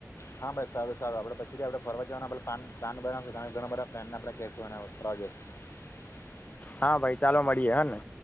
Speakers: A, on the left; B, on the left.
A: હા ભાઈ સારું સારું આપડ પછીથી આપડે ફરવા જવાના પ્લાન પ્લાન બનાવશું તમે ઘણા બધા ફ્રેન્ડને આપણે કહેશું <unintelligible>
B: હા ભાઈ ચાલો મળીએે હ ને,